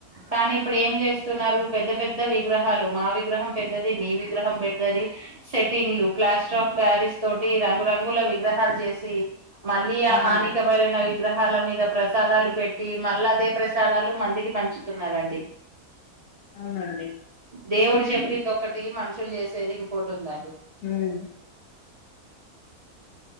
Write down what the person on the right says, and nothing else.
కానీ ఇప్పుడు ఏం చేస్త స్తున్నారు పెద్ద పెద్ద విగ్రహాలు మా విగ్రహం పెద్దది మీ విగ్రహం పెద్దది సెట్టింగ్లు ప్లాస్టర్ ఆఫ్ ప్యారిస్ తోటి రంగురంగుల విగ్రహాలు చేసి మళ్ళీ ఆ
హాని కరమైనవి విగ్రహాల మీద ప్రసాదాలు పెట్టి మళ్ళా అదే ప్రసాదాలు మందికి పంచుతున్నారండి
దేవుడు చెప్పింది ఒకటి మనుషులు చేసేది ఇంకోటి ఉందండి